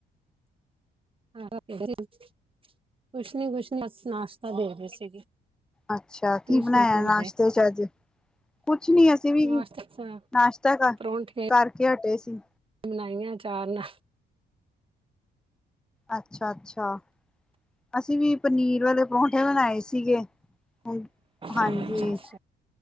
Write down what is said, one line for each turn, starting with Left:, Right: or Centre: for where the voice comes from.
Right: ਹਾਂ, ਕੁਛ ਨੀ ਕੁਛ ਨੀ, ਬਸ ਨਾਸ਼ਤਾ ਦੇ ਰਹੇ ਸੀਗੇ।
Centre: ਅੱਛਾ
Right: ਤੁਸੀਂ
Centre: ਕੀ ਬਣਾਇਆ
Right: ਸੁਣਾਓ
Centre: ਨਾਸ਼ਤੇ
Right: ਕਰਦੇ
Centre: ਚ ਅੱਜ, ਕੁਛ ਨੀ ਅਸੀਂ ਵੀ,
Right: ਨਾਸ਼ਤਾ
Centre: ਨਾਸ਼ਤਾ ਕਰ
Right: ਪਰੌਂਠੇ
Centre: ਕਰਕੇ ਹਟੇ ਸੀ।
Right: ਬਣਾਈਆਂ ਅਚਾਰ ਨਾਲ
Centre: ਅੱਛਾ-ਅੱਛਾ। ਅਸੀਂ ਵੀ ਪਨੀਰ ਵਾਲੇ ਪਰੌਠੇ ਬਣਾਏ ਸੀਗੇ, ਹਾ ਹਾਂਜੀ।
Right: ਅੱਛਾ ਅੱਛਾ